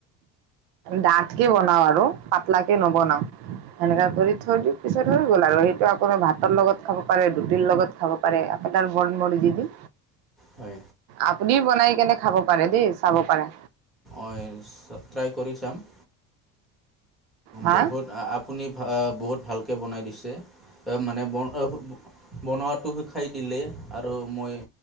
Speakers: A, on the right; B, in the centre.
A: দাঠকে বনাও আৰু পাতলা কে নবনাও। সেনেকা কৰি থৈ দি পিছত হৈ গ'ল আৰু সেইটো আকৌ ভাতৰ লগত খাব পাৰে ৰুটিৰ লগত খাব পাৰে আপোনাৰ মন মৰ্জি দি।
B: হয়
A: আপুনি বনাই কেনে খাব পাৰে দেই চাব পাৰা।
B: অইলছ চ' ট্ৰাই কৰি চাম।
A: হা
B: বহুত আ-আপুনি অ', বহুত ভালকে বনাই দিছে অ', মানে <unintelligible> বনোৱাটো শিকাই দিলে আৰু মই